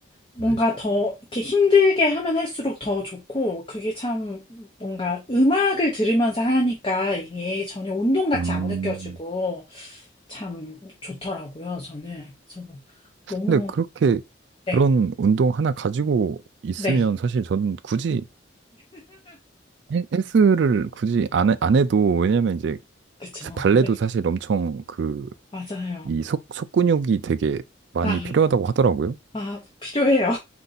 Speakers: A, on the left; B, on the right.
A: 뭔가
B: 네.
A: 더 이렇게 힘들게 하면 할수록 더 좋고, 그게 참 뭔가 음악을 들으면서 하니까 이게 전혀 운동 같이
B: 음,
A: 안 느껴지고 참 좋더라고요, 저는. 저 너무,
B: 근데 그렇게
A: 네,
B: 그런 운동 하나 가지고 있으면
A: 네,
B: 사실 저는 굳이 헬- 헬스를 굳이 안, 해- 안 해도 왜냐면 이제
A: 그쵸.
B: 발레도
A: 그래,
B: 사실 엄청 그
A: 맞아요.
B: 이 속, 속 근육이 되게 많이
A: 아,
B: 필요하다고 하더라고요.
A: 아, 필요해요.